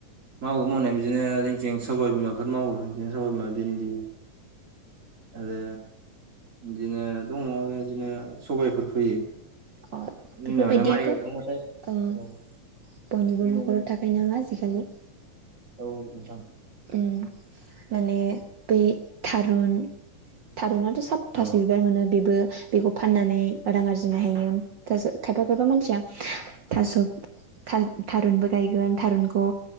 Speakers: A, on the right; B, on the right.
A: मावो मावनाय बिदिनो ओथिं सबाइ बिमाफोर मावो, बिदिनो सबाइ बिमा भिन्दि आरो बिदिनो दङ बिदिनो सबायफोर फैयो।
B: अ
A: जोंनिया
B: बेफोर
A: माने
B: बायदियाथ'
A: माइ गायखांबाथाय
B: बयनि
A: औ जोंनियाव
B: नखर
A: माने
B: थ गाय नामा आजिखालि
A: औ नोंथां।
B: उम माने बे थारुन थारुनाथ' साब थास'
A: औ
B: बिबार मोनो बेबो बेखब फाननानै रां आरजिनो हायो थास' खायफा खायफा मानसिया थास' था-थारुनबो गायगोन थारुनखौ